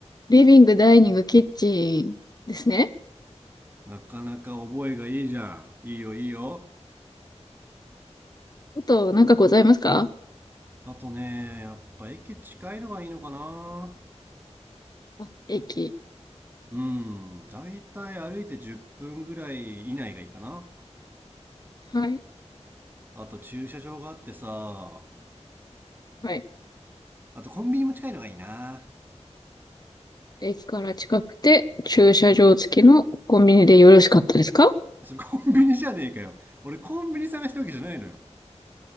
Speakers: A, on the left; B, on the right.
A: リビング、ダイニング、キッチンですね。
B: なかなか覚えがいいじゃん。いいよいいよ。
A: あと、なんかございますか
B: あとね、やっぱ駅近いのがいいのかな。
A: あ、駅。
B: うん、だいたい歩いて10分ぐらい以内がいいかな。
A: はい。
B: あと駐車場があってさ、
A: はい。
B: あとコンビニも近いのがいいな。
A: 駅から近くて、駐車場付きのコンビニでよろしかったですか
B: それコンビニじゃねえかよ。俺コンビニ探してるわけじゃないのよ。